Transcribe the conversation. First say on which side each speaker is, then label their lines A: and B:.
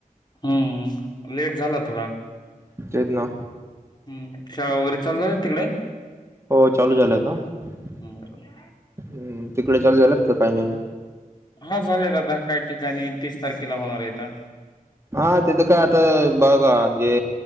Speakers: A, on the left; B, on the right.
A: हम्म लेट झाला थोडा
B: तेचं ना
A: हम शाळा वगैरे चालत ना तिकडे
B: हो चालू झालंत हम्
A: बरोबर
B: तिकडे चालू झाल्यात का काही नाही
A: हा झाले दादा काही ठिकाणी तीस तारखेला होणार आहेता
B: हा तिथं काय आता बघा जे